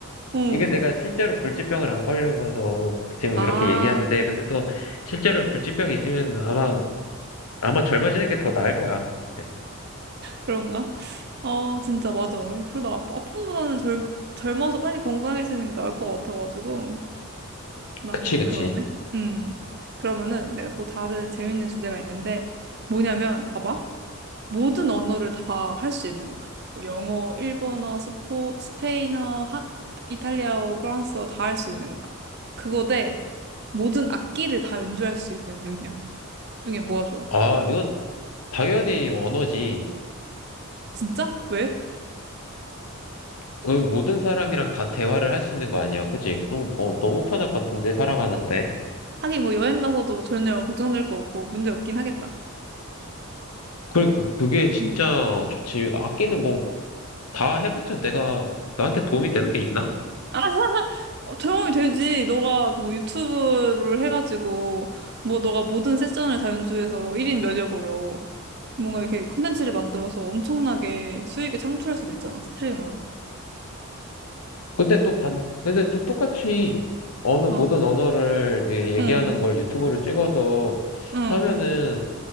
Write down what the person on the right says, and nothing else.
어,
아,
그런가? 아 진짜 맞아. 그래도 아, 아픈 것보다는 젊, 젊어서 빨리 건강해지는 게 나을 것 같아가지고. 난
그러네. 음. 그러면은 내가 또 다른 재밌는 주제가 있는데 뭐냐면, 봐봐. 모든 언어를 다 할 수 있는 거야. 뭐 영어, 일본어, 스포, 스페인어, 하, 이탈리아어, 프랑스어 다 할 수 있는 거야. 그거 대 모든 악기를 다 연주할 수 있는 능력 중에 뭐가 좋아?
진짜? 왜?
하긴 뭐 여행 가서도 전혀 걱정될 거 없고 문제 없긴 하겠다.
음.
아, <laughs> 어, 도움이 되지. 너가 뭐 유튜브를 해가지고 뭐 너가 모든 세션을 다 연주해서 1인 면역으로 뭔가 이렇게 콘텐츠를 만들어서 엄청나게 수익을 창출할 수도 있잖아, 스트리머로.
어,
응,
응,